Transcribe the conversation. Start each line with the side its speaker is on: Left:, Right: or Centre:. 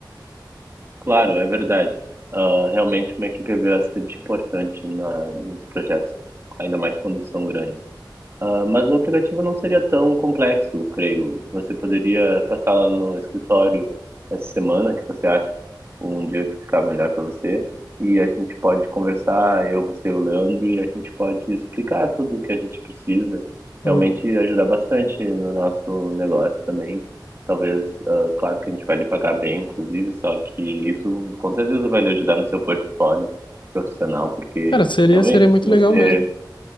Right: Claro, é verdade. Ah, realmente uma equipe é bastante importante na, nos projetos, ainda mais quando são grandes. Ah, mas o aplicativo não seria tão complexo, creio. Você poderia passar lá no escritório essa semana, que você acha um dia que ficar melhor para você, e a gente pode conversar, eu, você e o Leandro, e a gente pode explicar tudo o que a gente precisa.
Left: Uhum.
Right: Realmente ajudar bastante no nosso negócio também. Talvez, ah, claro que a gente vai lhe pagar bem, inclusive, só que isso com certeza vai lhe ajudar no seu portfólio profissional, porque
Left: Cara, seria,
Right: realmente,
Left: seria muito
Right: se você
Left: legal mesmo.